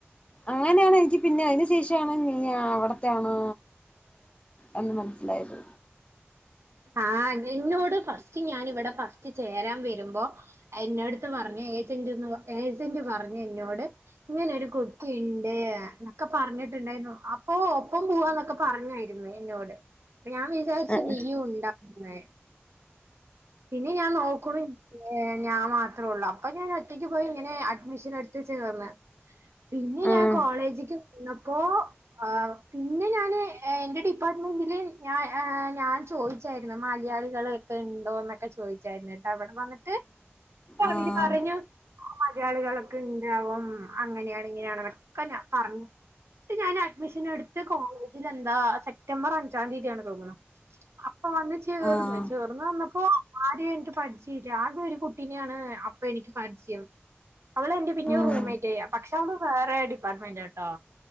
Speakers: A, on the left; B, on the right.
A: അങ്ങനെയാണ് എനിക്ക് പിന്നെ അയിന് ശേഷാണ് നീ അവിടത്തെയണ് അന്ന് മനസ്സിലായത്
B: ആ എന്നോട് ഫസ്റ്റ് ഞാനിവിടെ ഫസ്റ്റ് ചേരാൻ വരുമ്പോ എന്നടുത്ത് പറഞ്ഞ് എ ഏജന്റ് പറഞ്ഞു എന്നോട് ഇങ്ങനെ ഒരു കുട്ടിണ്ട് എന്നൊക്കെ പറഞ്ഞിട്ടുണ്ട കുന്നും അപ്പോ ഒപ്പം പോവാന്നൊക്കെ പറഞ്ഞായി എന്നോട് അപ്പ ഞാൻ വിചാരിച്ച്
A: ആഹ്
B: നീയും ഉണ്ടാവുന്ന് പിന്നെ ഞാൻ നോക്കുണു ഏ ഞാൻ മാത്രേള്ളു അപ്പൊ ഞാൻ ഒറ്റയ്ക്ക് പോയി ഇങ്ങനെ അഡ്മിഷൻ എടുത്ത് ചേർന്ന് പിന്നെ
A: ആഹ്
B: ഞാൻ കോളേജ്ക്ക് ചെന്നപ്പോ ആ പിന്നെ ഞാന് എന്റെ ഡിപ്പാർട്ട്മെന്റില് ഞാൻ ഞാൻ ചോദിച്ചായിരുന്നു മലയാളികളൊക്കെ ഉണ്ടോ എന്നൊക്കെ ചോദിച്ചായിരുന്ന് വിടെ വന്നിട്ട് അവര്
A: ആഹ് ആഹ്
B: പറഞ്ഞു മയാളികളൊക്കെ ഇണ്ടാവും അങ്ങനെയാണ് ഇങ്ങനെയാണന്നൊക്കെ ഞാ പറഞ്ഞു ഞാൻ അഡ്മിഷൻ എടുത്ത കോളേജിൽ എന്താ സെപ്റ്റംബർ അഞ്ചാം തീയതിയാണ് തോന്നുണു അ അപ്പൊ വന്ന് ചേർന്ന്
A: ആഹ് ആഹ്
B: ചേർന്ന് വന്നപ്പോ ആരെയും എനിക്ക് പരിചയില്ല ആദ്യം ഒരു കുട്ടീനെയാണ് അപ്പ എനിക്ക് പരിചയം അവള് എന്റെ പിന്നെ
A: ഉം
B: റൂംമേറ്റായി
A: ആഹ്
B: പക്ഷെ അവള് വേറെ ഡിപ്പാർട്ട്മെന്റാട്ടോ